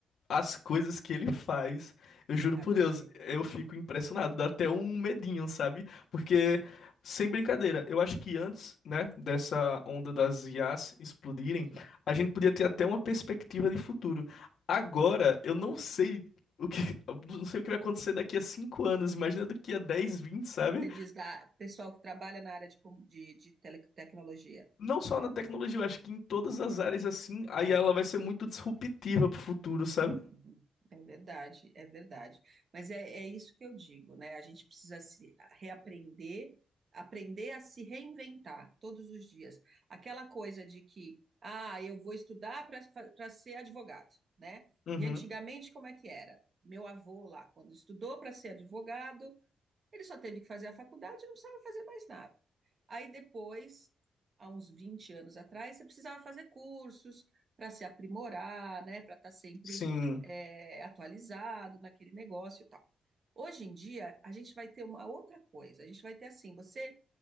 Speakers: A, on the left; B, on the right.
A: as coisas que ele faz, eu juro
B: É
A: por
B: absurdo.
A: Deus, eu fico impressionado, dá até um medinho, sabe? Porque sem brincadeira, eu acho que antes, né, dessa onda das IAs explodirem,
B: Uhum,
A: a gente podia ter até uma perspectiva de futuro. Agora,
B: uhum.
A: eu não sei o que, <laughs> eu não sei o que vai acontecer daqui a 5 anos, imagina daqui a dez vinte sabe?
B: Você diz da pessoal que trabalha na área de, com- de, de teletecnologia.
A: Não só na tecnologia, eu acho que em todas as áreas assim, a
B: É,
A: IA ela vai ser muito disruptiva pro futuro, sabe?
B: uhum, é verdade, é verdade. Mas é, é isso que eu digo, né? A gente precisa se reaprender, aprender a se reinventar todos os dias. Aquela coisa de que, ah, eu vou estudar para para ser advogado, né?
A: Uhum.
B: E antigamente, como é que era? Meu avô lá, quando estudou para ser advogado, Ele só teve que fazer a faculdade e não precisava fazer mais nada. Aí depois, há uns 20 anos atrás, você precisava fazer cursos para se aprimorar, né, para estar sempre
A: Sim.
B: é, atualizado naquele negócio e tal. Hoje em dia, a gente vai ter uma outra coisa. A gente vai ter assim, você